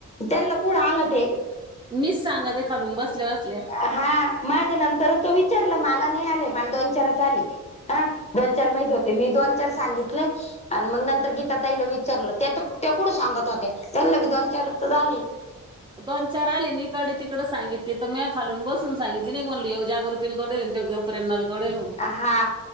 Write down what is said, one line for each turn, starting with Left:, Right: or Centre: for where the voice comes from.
Left: त्यांना कुडं आलं ते.
Right: मीच सांगाते खालून बसल्या बसल्या.
Left: हा माझ्या नंतरच तो विचारला मला नाही आले मला दोन चारच आले. हा दोन चार माहित होते मी दोन चार सांगितले. अन मग नंतर गीता ताईला विचारलं त्या तर त्या कुडं सांगत होत्या त्यांना बी दोन चार तर आली.
Right: दोन चार आले निकडे तिकडं सांगितली तर म्या खालून बसून सांगितली नाही म्हणलं योग जागृती <unintelligible> <unintelligible>
Left: आ हा